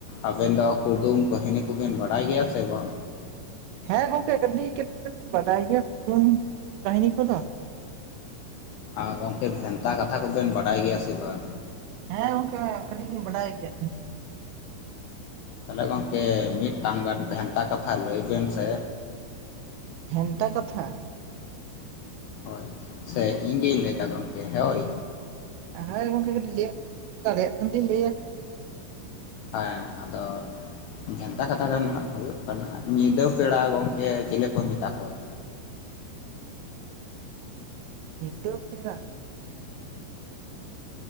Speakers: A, on the left; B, on the right.
A: ᱟᱵᱮᱱ ᱫᱚ ᱠᱩᱫᱩᱢ ᱠᱟᱹᱦᱤᱱᱤ ᱠᱚᱵᱮᱱ ᱵᱟᱲᱟᱭ ᱜᱮᱭᱟ ᱥᱮ ᱵᱟᱝ
B: ᱦᱮᱸ ᱜᱚᱝᱠᱮ ᱠᱟᱹᱴᱤᱡ ᱠᱟᱹᱴᱤᱡ ᱫᱚᱞᱤᱧ ᱵᱟᱰᱟᱭ ᱜᱮᱭᱟ ᱠᱩᱫᱩᱢ ᱠᱟᱹᱦᱤᱱᱤ ᱠᱚᱫᱚ
A: ᱟ ᱜᱚᱝᱠᱮ ᱵᱷᱮᱱᱛᱟ ᱠᱟᱛᱷᱟ ᱠᱚᱵᱮᱱ ᱵᱟᱰᱟᱭ ᱜᱮᱭᱟ ᱥᱮ ᱵᱟᱝ
B: ᱦᱮᱸ ᱜᱚᱝᱠᱮ ᱠᱷᱟᱹᱴᱤ ᱞᱤᱧ ᱵᱟᱰᱟᱭ ᱜᱮᱭᱟ
A: ᱛᱟᱦᱚᱞᱮ ᱜᱚᱝᱠᱮ ᱢᱤᱫᱴᱟᱝ ᱜᱟᱱ ᱵᱷᱮᱱᱛᱟ ᱠᱟᱛᱷᱟ ᱞᱟᱹᱭ ᱵᱮᱱ ᱥᱮ
B: ᱵᱷᱮᱱᱛᱟ ᱠᱟᱛᱷᱟ
A: ᱦᱳᱭ ᱥᱮ ᱤᱧᱜᱤᱧ ᱞᱟᱹᱭᱫᱟ ᱜᱚᱝᱠᱮ ᱦᱳᱭ
B: ᱦᱮᱸ ᱜᱚᱝᱠᱮ ᱠᱟᱹᱴᱤᱡ ᱞᱟᱹ ᱫᱟᱲᱮᱭᱟᱜ ᱠᱷᱟᱱᱵᱤᱧ ᱞᱟᱹᱭᱟ
A: ᱦᱮᱸ ᱟᱫᱚ ᱵᱷᱮᱱᱛᱟ ᱠᱟᱛᱷᱟ ᱫᱚ ᱱᱟᱦᱟᱸᱜ ᱦᱩᱭᱩᱜ ᱠᱟᱱᱟ ᱧᱤᱫᱟᱹ ᱯᱮᱲᱟ ᱜᱚᱝᱠᱮ ᱪᱤᱞᱮ ᱠᱚ ᱢᱮᱛᱟ ᱠᱚᱣᱟ
B: ᱧᱤᱫᱟᱹ ᱯᱮᱲᱟ